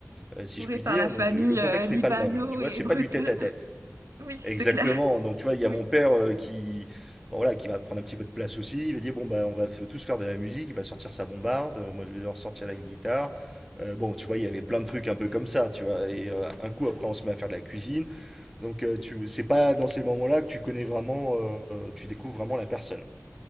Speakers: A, in the centre; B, on the right.
A: euh, si
B: Entourée
A: je puis
B: par
A: dire.
B: la famille
A: Donc, le contexte
B: euh, libano
A: n'est pas le même. Tu vois,
B: et
A: c'est
B: bretonne.
A: pas du tête-à-tête.
B: <laughs> Oui, c'est
A: Exactement.
B: clair.
A: Donc tu vois, il y
B: Oui.
A: a mon père euh, qui, bon, voilà, qui va prendre un petit peu de place aussi. Il va dire bon bah on va f- tous faire de la musique. Il va sortir sa bombarde. Euh, Moi je vais devoir sortir la guitare. Euh, bon tu vois, il y avait plein de trucs un peu comme ça, tu vois. Et euh, un coup après on se met à faire de la cuisine. Donc euh, tu, c'est pas dans ces moments-là que tu connais vraiment, euh, tu découvres vraiment la personne.